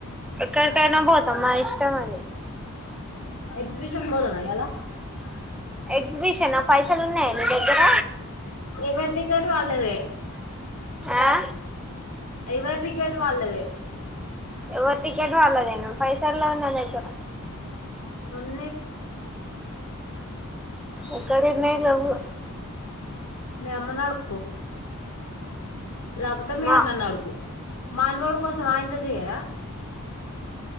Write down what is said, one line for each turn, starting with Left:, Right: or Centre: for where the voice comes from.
Centre: ఎక్కడకయినా పోతాం అది మా ఇష్టమది
Left: ఎక్జిబిషన్ పోదామా ఇయ్యాల
Centre: ఎగ్జిబిషన్ పై పైసలు ఉన్నాయా నీ దగ్గర
Left: ఎవరి టికెట్ వాళ్ళదే
Centre: ఆ
Left: ఎవరి టికెట్ వాళ్ళదే
Centre: ఎవరు టికెట్ వాళ్ళదే నా పైసల్ లేవు నా దగ్గర
Left: ఉన్
Centre: ఒకరి మీద ఒక
Left: మీ అమ్మని అడుక్కో లేకపోతే మీరు
Centre: మా
Left: అన్నను అడుగు మా అనవాడి కోసం ఆ ఇంత చేయరా